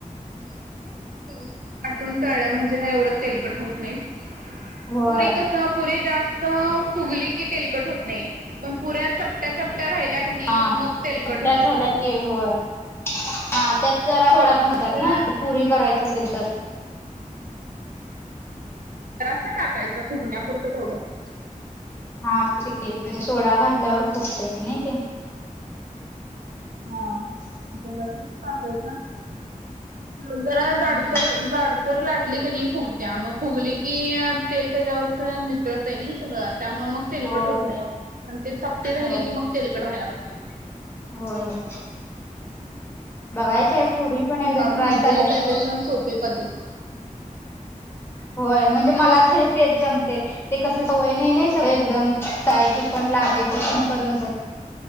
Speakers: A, on the right (about 80°); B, on the left (about 15°).
A: म्हणजे हम् आतुन तळल्या म्हणजे काय एवढं तेलकट होत नाही
B: होय.
A: पुरी कसं पुरी जास्त फुगली की तेलकट होत नाही पण पुऱ्या चपट्या चपट्या राहिल्या. का नाही
B: हा
A: मग तेलकट
B: सट्टा
A: होत्यात.
B: झाला की हो हा त्यात जरा सोडा बघत्यात
A: जरा
B: ना. पुरी करायचं असेल तर.
A: रस्सा टाकायचा फुगण्यापुरतं तेवढंच.
B: हा म्हणजे सोडा घातल्यावर फुगतयं नाही ते.
A: हा जरासचं टाकायचं आ जरा जाडसर
B: हम्म.
A: जाड सर् सर लाटली की नाही फुगत्या मग फुगली की तेल त्याच्यावरचं नितळतय नाही सगळं त्यामुळं मग तेलकट
B: होय
A: होत
B: होय.
A: नाही पण ते चपटे राहिले
B: होय
A: की
B: होय.
A: मग तेलकट व्हायला बघते.
B: होय होय बघायचंय पुरी पण एकदा
A: भाजलेले
B: ट्राय करायचं.
A: त्यापेक्षा सोपी पद्धत.
B: होय म्हणजे मला तरी तेचं जमते. ते कस सवय नाही नाही सगळं एकदम तळायचं पण लाटायचं पण करून.